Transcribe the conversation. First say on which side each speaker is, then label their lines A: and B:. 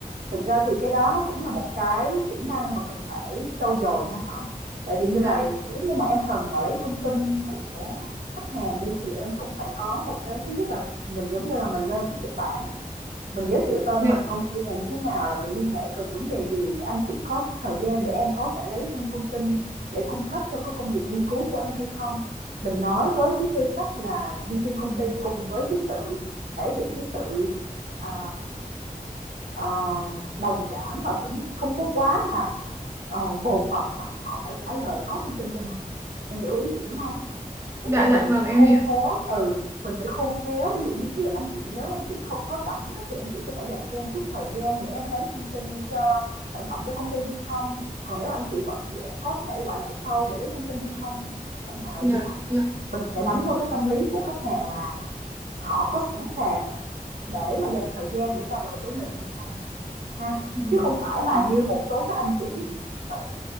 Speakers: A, on the right (about 70°); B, on the right (about 15°).
A: thực ra thì cái đó nó cũng là một cái kỹ năng mà cần phải trau dồi nha Thảo. Tại vì như
B: Dạ,
A: vậy nếu như mà em cần mà lấy thông tin của khách hàng đi thì em cũng phải có một cái thứ nhất là mình giống như là mình lên cái kịch bản mình giới thiệu tên
B: dạ.
A: mình công ty là như thế nào là mình liên hệ cần vấn đề gì để anh chị có thời gian để em có thể lấy thêm thông tin để cung cấp cho cái công việc nghiên cứu của em hay không mình nói với cái tư cách là nhân viên công
B: Ừ.
A: ty cùng với cái sự thể hiện cái sự à, à, đồng cảm và cũng không có quá là ờ, vồn vập bắt họ phải trả lời có thông tin cho mình em hiểu ý chị đúng không Tức
B: Dạ,
A: là mình
B: dạ vâng
A: phải
B: em
A: khôn
B: hiểu.
A: khéo, ừ, mình phải khôn khéo, ví dụ như thí dụ anh chị nếu anh chị không có rảnh á, thì anh chị có thể dành cho em chút thời gian để em lấy thông tin cho sản phẩm của công ty hay không? Còn nếu anh chị bận thì em có thể gọi lại sau để lấy thông tin hay không? Chẳng hạn là
B: dạ
A: như vậy.
B: dạ
A: Mình sẽ
B: ờ
A: đánh vào cái tâm lý của khách hàng là họ có sẵn sàng để mà dành thời gian để trao đổi với mình hay không? ha
B: ừ.
A: chứ không phải là
B: ừ.
A: như một số các anh chị ờ,